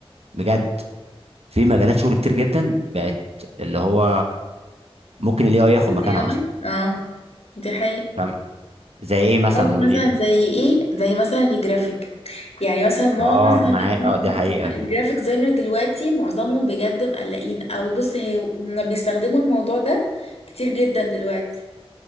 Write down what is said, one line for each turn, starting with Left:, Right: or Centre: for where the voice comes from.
Right: بجد في مجالات شغل كتير جدا بقت اللي هو ممكن الاي اي ياخد
Left: الاي
Right: مكانها
Left: اي
Right: اصلا
Left: اه دي حقيقة
Right: فاهم زي ايه مثلا
Left: عارف
Right: قولي
Left: مثلا
Right: لي
Left: زي ايه زي مثلا الجرافيك يعني مثلا معظم
Right: اه
Left: الناس
Right: معايا
Left: اللي هم
Right: اه دي حقيقة
Left: الجرافيك ديزاينر دلوقتي معظمهم بجد مقلقين او بص هي هما بيستخدموا الموضوع ده كتير جدا دلوقتي